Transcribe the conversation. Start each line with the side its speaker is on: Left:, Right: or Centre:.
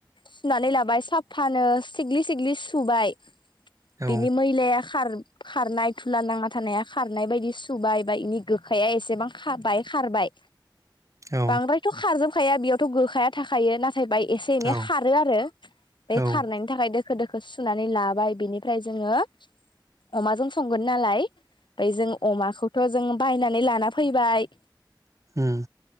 Left: सुनानै लाबाय साफानो। सिगलि सिगलि सुबाय। बिनि
Right: औ
Left: मैलाया खार खारनाय धुला नांना थानाया खारनाय बायदि सुबाय बा इनि गोखाया एसेबां खाबाय खारबाय।
Right: औ
Left: बांद्रायथ खारजोब खाया बेयावथ गोखाया थाखायो ना थायबा एसे एनै
Right: औ
Left: खारो आरो बे
Right: ओं
Left: खारनायनि फायदों दोखो दोखो सुनानै लाबाय बिनिफ्राय जोङो अमाजों संगोन नालाय बोय जों अमाखौथ जों बायनानै लाना फैबाय
Right: ओम।